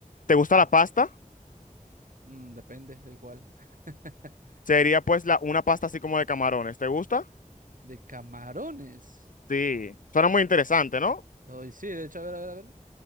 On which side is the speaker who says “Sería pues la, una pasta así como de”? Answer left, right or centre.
Left